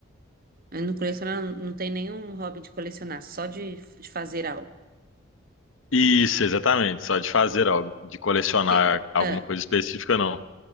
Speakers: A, on the right (about 45°); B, on the left (about 75°).
A: Eu não coleciono, não tem nenhum hobby de colecionar, só de, de fazer algo.
B: Isso, exatamente. Só de fazer algo, de colecionar
A: E O que,
B: alguma
A: ah,
B: coisa específica, não.